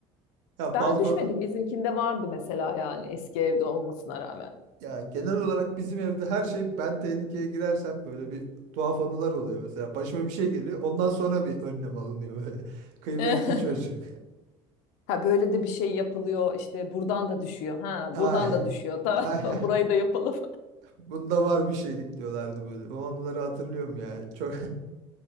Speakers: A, on the right; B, on the left.
A: Ya
B: ben
A: balkon
B: düşmedim. Bizimkinde vardı mesela yani eski evde olmasına rağmen.
A: ya genel olarak bizim evde her şey ben tehlikeye girersem böyle bir tuhaf anılar oluyor mesela. Başıma bir şey geliyor. Ondan sonra bir önlem alınıyor böyle. <laughs> Kıymetli
B: <laughs>
A: çocuk.
B: Ha böyle de bir şey yapılıyor işte buradan da düşüyor. Ha
A: Ah,
B: buradan da düşüyor. Tamam
A: ah,
B: <laughs> burayı da yapalım.
A: <laughs> Bunda var bir şeylik diyorlardı böyle. O anıları hatırlıyorum yani. Çok